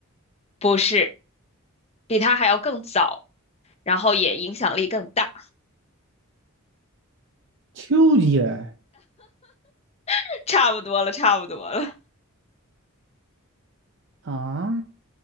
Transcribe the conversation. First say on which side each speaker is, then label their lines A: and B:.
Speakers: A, on the left; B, on the right.
A: 不是，比他还要更早，然后也影响力更大，
B: 丘吉尔，
A: <laughs> 差不多了，差不多了，
B: 啊，